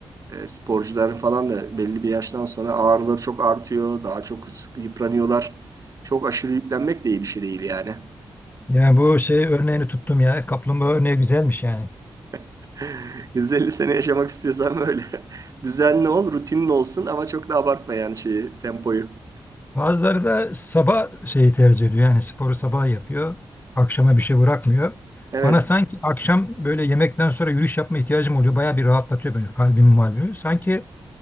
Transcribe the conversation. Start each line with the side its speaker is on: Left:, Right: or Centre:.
Right: e, sporcuların falan da belli bir yaştan sonra ağrıları çok artıyor. Daha çok sık- yıpranıyorlar. Çok aşırı yüklenmek de iyi bir şey değil yani.
Left: Yani bu şey örneğini tuttum ya. Kaplumbağa örneği güzelmiş yani.
Right: <laughs> 150 sene yaşamak istiyorsan böyle <laughs> düzenli ol, rutinli olsun ama çok da abartma yani şeyi, tempoyu.
Left: Bazıları da sabah şeyi tercih ediyor. Yani sporu sabah yapıyor. Akşama bir şey bırakmıyor.
Right: Evet.
Left: Bana sanki akşam böyle yemekten sonra yürüyüş yapma ihtiyacım oluyor. Bayağı bir rahatlatıyor böyle kalbimi malbimi. Sanki